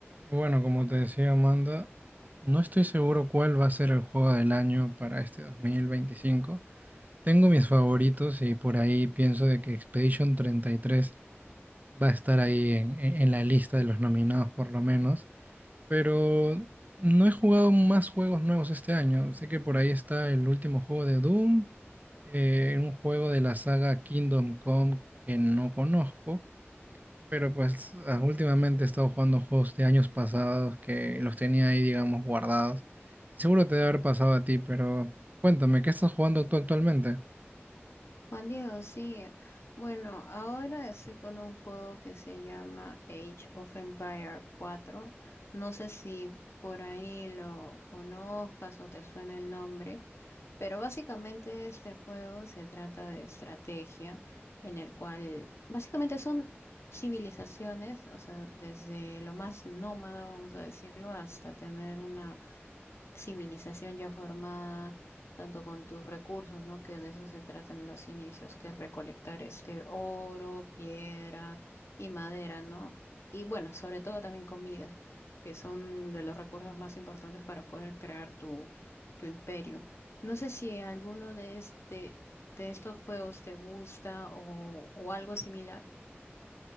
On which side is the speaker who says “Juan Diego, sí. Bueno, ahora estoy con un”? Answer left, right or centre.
Left